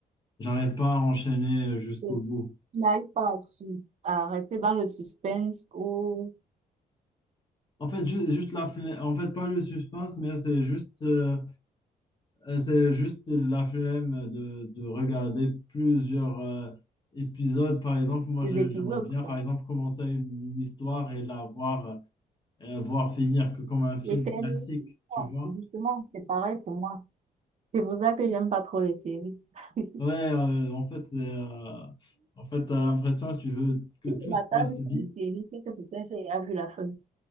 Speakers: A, on the left; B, on the right.
A: j'arrive pas à enchaîner jusqu'au
B: Et
A: bout.
B: Il n'arrive pas à, sus- à rester dans le suspense ou
A: En fait, ju- juste la flemme, en fait, pas le suspense, mais c'est juste, euh, euh, c'est juste la flemme de, de regarder plusieurs euh, épisodes. Par exemple, moi,
B: les
A: je-
B: épisodes,
A: j'aimerais bien, par
B: quoi.
A: exemple, commencer une histoire et la voir, euh, voir finir que comme un film
B: Les séries,
A: classique,
B: ouais,
A: tu vois?
B: justement, c'est pareil pour moi. C'est pour ça que j'aime pas trop les séries. <laughs>
A: Ouais, euh, en fait, c'est, euh, en fait, t'as l'impression que tu veux que
B: Si
A: tout
B: je m'attarde
A: se passe
B: sur
A: vite
B: une série, c'est que peut-être j'ai déjà vu la fin.